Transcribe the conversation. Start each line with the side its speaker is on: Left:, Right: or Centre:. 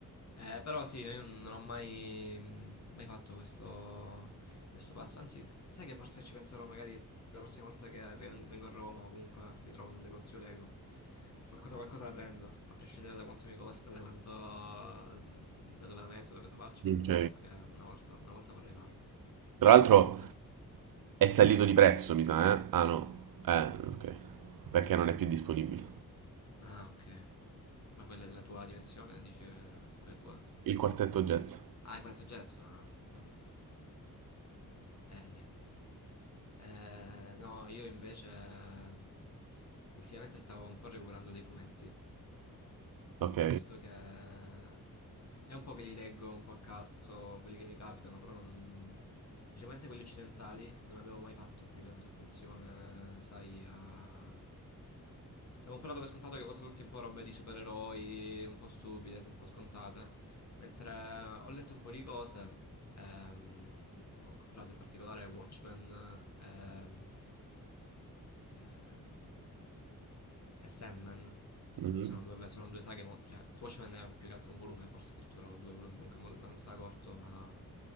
Left: Ehm, però sì, no, io non non ho mai mhmm, mai fatto questo questo passo. Anzi, sai che forse ci penserò magari la prossima volta che ven vengo a Roma o comunque mi trovo in un negozio Lego, qualcosa qualcosa la prendo, a prescindere da quanto mi costa, da quanto mhmm, da dove la metto, da cosa faccio,
Right: Ok.
Left: penso che una volta una volta vorrei farlo.
Right: Tra l'altro
Left: A
Right: è salito di prezzo, mi sa, eh? Ah, no. Eh, ok. Perché non è più disponibile.
Left: ah, okay. Ma quella della tua dimensione dici, ehm, quella tua?
Right: Il quartetto jazz.
Left: Ah, hai 4 jazz? Ah, vabbè. Eh, niente. Eh, no, io invece ehm, ultimamente stavo un po' recuperando dei fumetti,
Right: Ok.
Left: visto che è un po' che li leggo un po' a caso, quelli che mi capitano, però non... specialmente quelli occidentali, non avevo mai fatto più di tanto attenzione, sai, a... Cioè, avevo un po' dato per scontato che fossero tutti un po' robe di supereroi, un po' stupide, un po' scontate. Mentre ho letto un po' di cose, ehm, ho comprato in particolare Watchmen ehm, ehm, e Sandman,
Right: Mhm.
Left: che sono due, vabbè, sono due saghe, mo- cioè Watchmen è più che altro un volume, forse addirittura ho due volumi, comunque mo- Mansa corto, ma